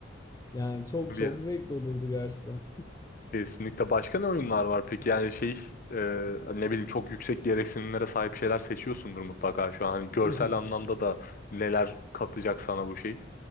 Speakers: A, on the left; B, on the left.
A: Yani çok
B: Bir
A: çok zevkli olurdu gerçekten.
B: Kesinlikle başka ne oyunlar var peki yani şey e, ne bileyim çok yüksek gereksinimlere sahip şeyler seçiyorsundur mutlaka şu an hani görsel
A: <laughs>
B: anlamda da neler katacak sana bu şey.